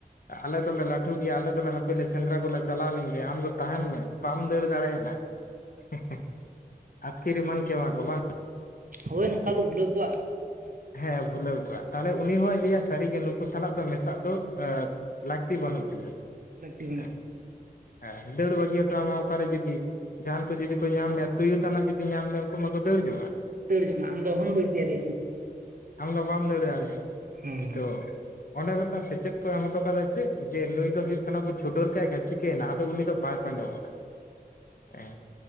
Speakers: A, on the left (about 60°); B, on the right (about 60°).
A: ᱟᱞᱮ ᱫᱚᱞᱮ ᱞᱟᱹᱴᱩ ᱜᱮᱭᱟ ᱟᱞᱮ ᱫᱚᱞᱮ ᱦᱟᱯᱞᱮ ᱥᱮᱸᱫᱽᱨᱟ ᱠᱚᱞᱮ ᱪᱟᱞᱟᱣ ᱞᱮᱱ ᱜᱮ ᱟᱢ ᱫᱚ ᱛᱟᱦᱮᱱ ᱢᱮ ᱵᱟᱢ ᱫᱟᱹᱲ ᱫᱟᱲᱮᱭᱟᱜᱼᱟ ᱱᱟ- <unintelligible> ᱟᱛᱠᱤᱨ ᱮᱢᱟᱱ ᱠᱮᱣᱟᱠᱚ ᱵᱟᱝ
B: ᱦᱳᱭ ᱱᱚᱝᱠᱟ ᱠᱚ ᱵᱩᱞᱟᱹᱣ ᱠᱚᱣᱟ ᱟᱨ <unintelligible>
A: ᱦᱮᱸ ᱵᱩᱞᱟᱹᱣ ᱠᱚᱣᱟ ᱛᱟᱦᱚᱞᱮ ᱩᱱᱤ ᱦᱚᱸᱭ ᱞᱟᱹᱭᱟ ᱥᱟᱹᱨᱤᱜᱮ ᱱᱩᱠᱩ ᱥᱟᱞᱟᱜ ᱫᱚ ᱢᱮᱥᱟᱜ ᱫᱚ <unintelligible> ᱞᱟᱹᱠᱛᱤ ᱵᱟᱹᱱᱩᱜ ᱛᱤᱧᱟᱹ
B: ᱞᱟᱹᱠᱛᱤ ᱢᱮᱱᱟᱜᱼᱟ
A: ᱦᱮᱸ ᱦᱮᱸ ᱫᱟᱹᱲ ᱵᱟᱹᱜᱤ ᱦᱚᱴᱚᱣᱟᱢᱟ ᱚᱠᱟᱨᱮ ᱡᱩᱫᱤ ᱡᱟᱦᱟᱱ ᱠᱚ ᱡᱩᱫᱤ ᱠᱚ
B: ᱛᱟᱢᱟ
A: ᱧᱟᱢ ᱢᱮ ᱛᱩᱭᱩ ᱛᱟᱱᱟᱜ ᱡᱩᱫᱤ ᱧᱟᱢ ᱢᱮ ᱟᱹᱠᱩ ᱢᱟᱠᱚ ᱫᱟᱹᱲ ᱡᱚᱝᱟ
B: ᱫᱟᱹᱲ ᱡᱚᱢᱟ ᱟᱢ ᱫᱚ ᱚᱦᱚᱢ ᱫᱟᱹᱲᱠᱮᱭᱟ <unintelligible>
A: ᱟᱢ ᱫᱚ ᱵᱟᱢ ᱫᱟᱹᱲ ᱫᱟᱲᱮᱭᱟᱜᱼᱟ
B: ᱦᱮᱸ
A: ᱱᱤᱛᱚᱜ ᱚᱸᱰᱮ ᱢᱤᱫᱴᱟᱝ ᱥᱮᱪᱮᱫ ᱠᱚ ᱮᱢ ᱦᱚᱴᱚ ᱠᱟᱫᱟ ᱪᱮᱫ ᱡᱮ ᱱᱩᱭ ᱦᱳᱭᱳᱜ ᱠᱟᱱᱟ ᱵᱚᱱ ᱪᱷᱩᱰᱟᱹᱨ ᱠᱟᱭ ᱮᱟᱱ ᱪᱤᱠᱟᱹᱭᱮᱱᱟ ᱟᱫᱚ ᱩᱱᱤ ᱫᱚ ᱵᱟᱭ ᱯᱟᱸᱡᱟ <unintelligible> ᱦᱮᱸ